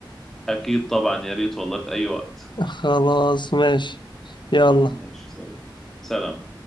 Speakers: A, in the centre; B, on the left.
A: أكيد طبعا يا ريت والله في أي وقت
B: خلاص ماشي يلا
A: ماشي سلام سلام